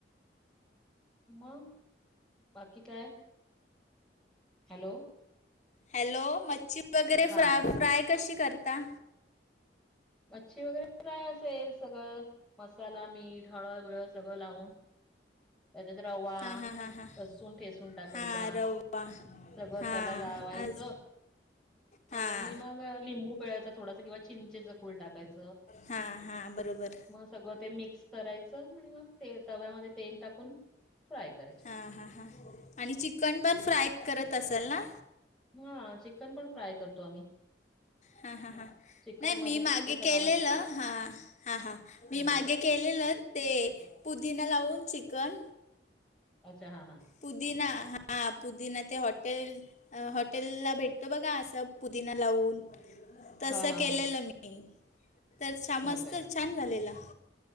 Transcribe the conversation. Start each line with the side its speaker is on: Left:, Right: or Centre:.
Centre: मग बाकी काय हॅलो.
Left: हॅलो मच्छी वगैरे
Centre: हा
Left: फ्राय कशी करता?
Centre: मच्छी वगैरे काय असेल सगळं मसाला मीठ हळ बिळ सगळं लावून त्याच्यात रवा
Left: हां हां हां हां
Centre: अससून ठेसून टाकायचा.
Left: हां रवा
Centre: सगळं
Left: हां
Centre: त्याला लावायचं
Left: आज हां
Centre: आणि मग लिंबू पिळाचं थोडास किंवा चिंचेचं. फूल टाकायच.
Left: हां हां बरोबर
Centre: सगळं ते मिक्स करायचं आणि मग ते तव्यामध्ये तेल टाकून फ्राय करायच
Left: आ हा ह. आणि चिकन पण फ्राय करत असेल ना.
Centre: हा चिकन पण फ्राय करतो आम्ही
Left: हा ह हां
Centre: चिकन
Left: नाही
Centre: मध्ये
Left: मी मागे
Centre: ते सगळं
Left: केलेलं
Centre: म
Left: हा हा हा मी
Centre: हं
Left: मागे केलेलं ते पुदीना लावून चिकन
Centre: अच्छा हा, हा
Left: पुदीना हा पुदीना ते हॉटेल हॉटेल ला भेटतो बघा असं पुदिना लावून तस
Centre: हा हा
Left: केलेलं
Centre: हा
Left: मी तर छ
Centre: हो
Left: मस्त
Centre: काय
Left: छान झालेला